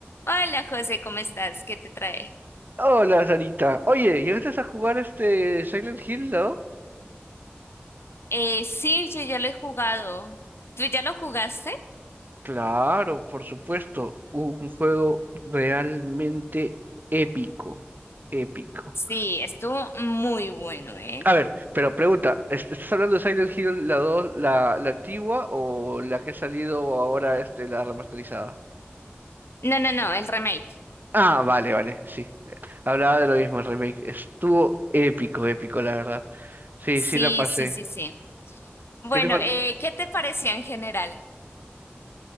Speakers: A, on the left (about 80°); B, on the right (about 50°).
A: Hola José, ¿cómo estás? ¿Qué te trae?
B: Hola, Sarita. Oye, ¿llegaste a jugar este Silent Hill, no?
A: Eh, sí, yo ya lo he jugado. ¿Tú ya lo jugaste?
B: Claro, por supuesto. Un juego realmente épico. Épico.
A: Sí, estuvo muy bueno, ¿eh?
B: A ver, pero pregunta, ¿est- ¿estás hablando de Silent Hill la 2, la, la antigua o la que ha salido ahora, este, la remasterizada?
A: No, no, no, el remake.
B: Ah, vale, vale, sí. Eh, Hablaba de lo mismo el remake. Estuvo épico, épico, la verdad. Sí,
A: Sí,
B: sí la pasé.
A: sí, sí, sí. Bueno,
B: ¿Qué te par-
A: eh, ¿qué te parecía en general?